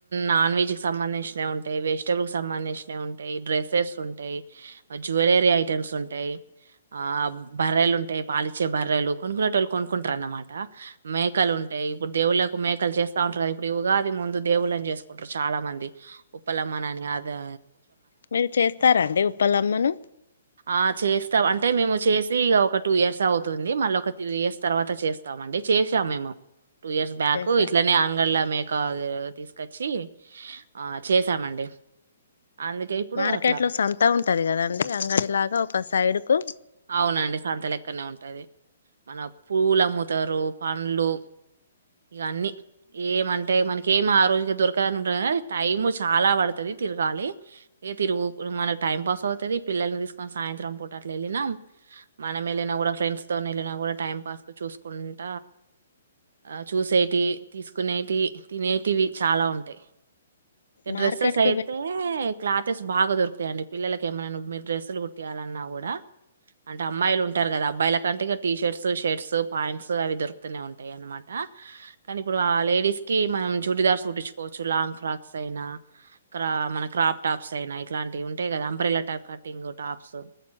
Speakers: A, on the right; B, on the left.
A: నాన్ వెజ్ కి సంబంధించినవి ఉంటాయి. వెజిటబుల్ కి సంబం. దించినాయి ఉంటాయి. డ్రస్సెస్ ఉంటాయి. జ్యువెలరీ ఐటెమ్స్ ఉంటాయి. ఆ బర్రలు ఉంటాయి. పాలిచే బర్రెలు కొనుకునేటోళ్ళు కొనుక్కుంటరునమాట మేకలు. ఉంటాయి. ఇప్పుడు దేవుళ్ళలకు మేకలు చేస్తా ఉంటారు. కదా ఇప్పుడు ఉగాది ముందు దేవుళ్ళని చేసుకుంటారు. చాలా మంది. ఉప్పలమ్మని అనిఅదో.
B: మీరు చేస్తారా అండి ఉప్పలమ్మను
A: ఆ చేస్ స్తాం అంటే మేము చేసి ఒక టూ ఇయర్స్ అవుతుంది మళ్ళీ ఒక త్రీ ఇయర్స్ తర్వాత చేస్తామండి చేసాం మేము టూ ఇయర్స్ బ్యాక్
B: చేశారు
A: ఇట్లనే అంగల్లా మే క తీసుకొచ్చి ఆ చేసామండి అందుకే ఇప్పుడు
B: మార్కెట్
A: అట్లా
B: లో సంత ఉంటది కదండి అంగడి లాగా ఒక సైడ్ కు
A: అవునండి సంత లెక్కనే ఉంటది మన పూలు అమ్ముతరు పండ్లు ఇగ అన్నీ ఏమంటే మనక ఏమి ఆ రోజుకి దొరకదని ఉండదు గని టైం చాలా పడుతది తిరగాలి ఇ తిరుగు మనకు టైం పాస్ అవుతుది. పిల్లల్ని తీసుకొని సాయంత్రం పూట అట్లా వెళ్ళినా. మనం వెళ్ళినా కూడా ఫ్రెండ్స్ తో వెళ్ళినా కూడా టైం పాస్ కు చూసుకుంట. ఆ చూసేటివి తీసుకునేటివి తినేటివి చాలా ఉంటాయి
B: మార్కెట్
A: డ్రెస్సెస్ అయితే
B: కి వె
A: క్లాథెస్ బాగా దొరుకుతాయండి పిల్లలకి ఏమైనా మీరు డ్రెస్సులు కుట్టియాలన్నా కూడా అంటే అమ్మాయిలు ఉంటారు కదా అబ్బాయిల కంటే ఇక టీ షర్ట్స్ షర్ట్స్ పాయింట్స్ అవి దొరుకుతూనే ఉంటాయి అనమాట ఆ కానీ ఇప్పుడు ఆ లేడీస్ కి మనం చూడిదార్స్ కుట్టిచ్చుకోవచ్చు లాంగ్ ఫ్రాక్స్ అయినా క్రా మన క్రాప్ టాప్స్ అయినా ఇట్లాంటివి ఉంటాయి కదా అంబ్రెల్ల టైప్ కటింగ్ టాప్స్